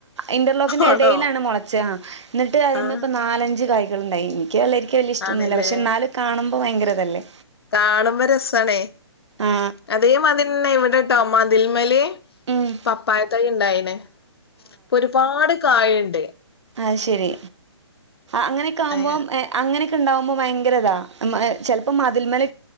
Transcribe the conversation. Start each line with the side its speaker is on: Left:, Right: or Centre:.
Right: ഇന്റർലോക്കിന്റെ
Left: ആണോ
Right: ഇടയിലാണ് മുളച്ച എന്നിട്ട് കയുമ്പോ
Left: ആഹ്
Right: ഇപ്പൊ നാലഞ്ച കായ്കളുണ്ടായി കുിക്കികൾായിരിക്കും വലിയ ഇഷ്ടമൊന്നുമില്ല
Left: ആണല്ലേ
Right: പക്ഷെ എന്നാലും കാുമ്പോൾ ഭയങ്കര അല്ലേ
Left: കാളുമ്പോ രസണേ
Right: ആ
Left: അതേമാതിരി പിന്നെ ഇവിടെട്ടോ മതിൽമലി
Right: ഉം.
Left: പപ്പായത്തായി ഇണ്ടായിനെ ഇപ്പൊ ഒരുപാട് കായുണ്ട്
Right: അ ശെരി അങ്ങനെയൊക്കെ ആകുമ്പോം
Left: ഏഹ്
Right: അങ്ങനെ ഉണ്ടുമ്പോ ഭയങ്കരാ ചപ്പോ മതിൽമല